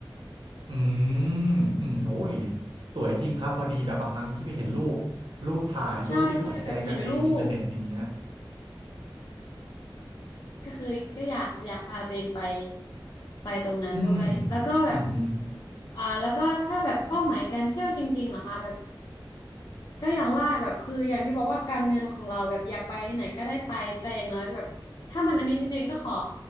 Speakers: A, on the right (about 80°); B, on the left (about 55°).
A: อืมอืมโอ้ยสวยจริงครับพอดีแบบบางครั้งที่ไปเห็นรูป รูปถ่ายรูปที่เขาแชร์กันในอินเทอร์เน็ตอย่างเงี้ย
B: ใช่ใช่แบบเห็นรูปก็คือก็อยากอยากพาตัวเองไปไปตรงนั้นด้วยแล้วก็แบบ
A: อืม อืมอืม
B: อ่าแล้วก็ถ้าแบบเป้าหมายการเที่ยวจริงๆเหรอคะแบบก็อย่างว่าแบบคืออย่างที่บอกว่าการเงินของเราแบบอยากไปที่ไหนก็ได้ไปแต่อย่างน้อยแบบถ้ามันอันนี้จริงๆก็ขอ